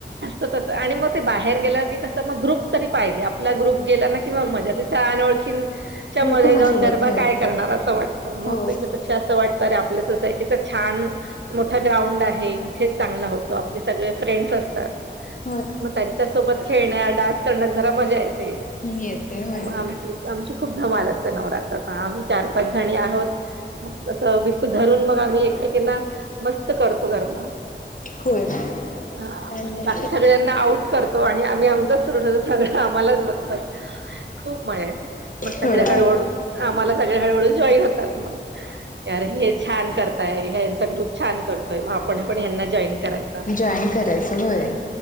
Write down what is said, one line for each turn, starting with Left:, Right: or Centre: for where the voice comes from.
Right: ते. आणि मग ते बाहेर गेलं की कसं मग ग्रुप तरी पाहिजे आपला ग्रुप गेला ना की मग माझ्या तिथं अन ओळखीन. च्या
Left: हो
Right: मध्ये
Left: कोणासोबत
Right: जाऊन गरबा
Left: खेळायचं
Right: काय करणार असं वाटतं मग
Left: हो
Right: त्याच्या पेक्षा असं वाटत. तर आपल्या सोसायटीचा छान मोठा ग्राउंड आहे. थेच चांगला होतो आपले सगळे फ्रेंड्स असतात.
Left: होय.
Right: त्यांच्या सोबत खेळण्या डान्स करण्यात जरा मजा येतेग
Left: मी येते होय
Right: आमची. आमची खूप धमाल असते नवरात्रात आम्ही चार पाच जणी आहोत. मग असं बिलकुल धरून मग आम्ही एकमेकांना मस्त करतो गरबा.
Left: होय
Right: ह
Left: आणि
Right: म्हणजे बाकी सगळ्यांना आऊट करतो आणि आम्ही आमचाच सुरू ठेवतो सगळ्या आम्हालाच बघतात खूप मजा येत मग सगळ
Left: होय
Right: हळूहळू आम्हाला सगळे हळूहळू जॉईन होतात मगकी आरे हे छान करता ताय ह्याचा ग्रुप छान करतोय म आपण पण ह्यांना जॉईन करायच.
Left: जॉईन करायचं होय